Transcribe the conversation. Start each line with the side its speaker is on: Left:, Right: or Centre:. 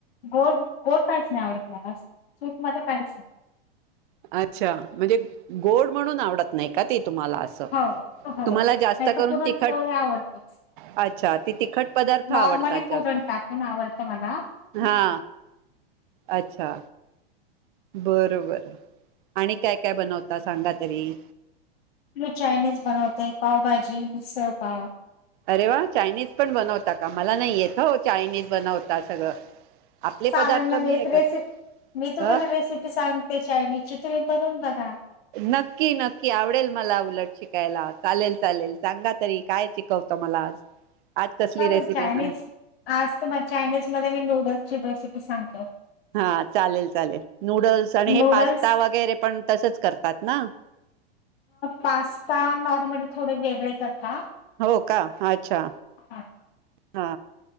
Left: गोड गोड काहीच नाही आवडत मला स्विट मध्ये काहीच नाही
Right: अच्छा म्हणजे गोड म्हणून आवडत नाही का ते तुम्हाला अस
Left: हो हो
Right: तुम्हाला जास्त
Left: नाही तर
Right: करून
Left: पुरणपोळी
Right: तिखट
Left: आवडतेच
Right: अच्छा ते तिखट पदार्थ
Left: नॉर्मली
Right: आवडतात
Left: पुरण
Right: जास्त
Left: टाकुन आवडतं मला
Right: हा
Left: <unintelligible>
Right: अच्छा बर बर आणि काय काय बनवता सांगा तरी
Left: मी चायनीज बनवते पावभाजी, मिसळपाव
Right: अरे वा चायनीज पण बनवता, का मला नाही येत हो चायनीज बनवता सगळं, आपले
Left: चाललं
Right: पदार्थ
Left: ना मी
Right: हे
Left: रेसिप मी
Right: कर
Left: तुम्हाला रेसिपी सांगते चायनीजची तुम्ही बनवून बघा
Right: नक्की नक्की आवडेल मला उलट शिकायला चालेल चालेल सांगा तरी काय शिकवतं मला
Left: <inaudible>
Right: आज कसली
Left: चालेल
Right: रेसिपी
Left: चायनीज
Right: सांग
Left: आज तुम्हाले चायनीज मध्ये मी नूडल्सची रेसिपी सांगतो.
Right: हा चालेल चालेल नूडल्स आणि हे
Left: नूडल्स
Right: पास्ता वगैरे पण तसच करतात ना
Left: पास्ता नॉर्मली थोडं वेगळे करता
Right: हो का अच्छा
Left: हा.
Right: हा.